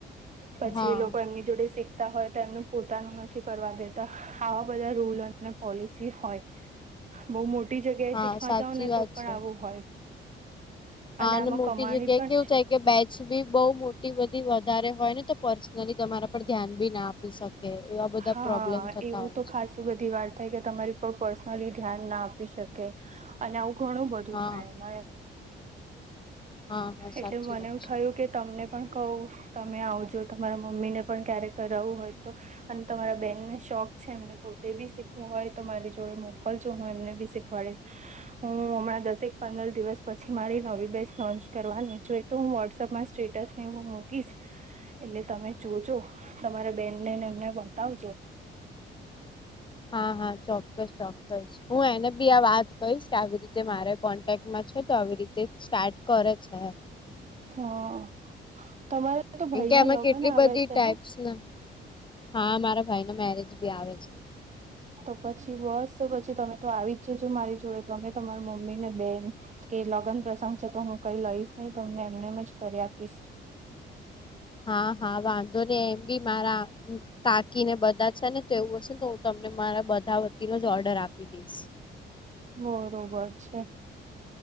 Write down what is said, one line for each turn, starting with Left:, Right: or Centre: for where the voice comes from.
Right: પછી
Left: હા
Right: એ લોકો એમની જોડે શીખ તા હોય તો એમનું પોતાનું નથી કરવા દેતા આવા બધા રૂલ ને પોલિસી હોય બવ મોટી જગ્યાએ
Left: હા
Right: શીખવા
Left: સાચી
Right: જાઓ ને
Left: વાત
Right: તો પણ
Left: છે.
Right: આવું હોય.
Left: હા
Right: આમાં
Left: અને મોટી
Right: કમાણી
Left: જગ્યાએ
Right: પણ
Left: કેવું
Right: છે
Left: થાય કે બેચ શીબીર બહુ મોટી બધી વધારે હોય ને તો પર્સનલી તમારા પર ધ્યાન બી ના આપી શકે. એ એવા બધા
Right: હા
Left: પ્રોબ્લેમ થતા
Right: એવું
Left: હોય
Right: તો
Left: છે.
Right: ખાસું બધી વાત થાય કે તમારી પર પર્સનલી ધ્યાન ના આપી શકે. અને આવું ઘણું બધું
Left: હા
Right: થાય મારે
Left: હા હા
Right: એટલે
Left: સાચી
Right: મને
Left: વાત
Right: એવું
Left: છે
Right: થયું કે તમને પણ કવ તમે આવજો તમારા મમ્મીને પણ ક્યારેક કરાવવું હોય તો? અને તમારા બેનને શોખ છે એમને પોતે બી શીખવું હોય તો મારી જોડે મોકલજો હું એમને બી શીખવાડીશ. હું હમણાં દસેક પંદર દિવસ પછી મારી નવી બેન્ચ લોન્ચ કરવાની છે. તો હું વોટ્સઅપમાં સ્ટેટસ ને હું મૂકીશ એટલે તમે જોજો તમારા બેનનેને એમને બતાવજો.
Left: હા હા ચોક્કસ ચોક્કસ હું એને બી આ વાત કહીશ કે આવી રીતે મારા કોન્ટેક્ટમાં છે તો આવી રીતે સ્ટાર્ટ કરે છે. <inaudible>
Right: હા તમારે તો ભાઈના
Left: કેમકે, આમાં
Right: લગ્ન
Left: કેટલી
Right: આવે
Left: બધી
Right: છે
Left: ટાઈપ્સ
Right: ને
Left: ના. હા, મારા ભાઈ ના મેરેજ બી આવે છે.
Right: તો પછી બસ પછી તમે તો આવી જ જજો મારી જોડે તો તમારી મમ્મી ને બેન કે લગ્ન પ્રસંગ છે તો હું કઈ લઈશ નહી તો અમને એમનેમ જ કરી આપીશ.
Left: હા હા વાંધો ને એમ બી મારા કાકી ને બધા છે ને તેવું હશે તો હું તમને મારા બધા વતીનો જ ઓર્ડર આપી દઈશ.
Right: બરોબર છે.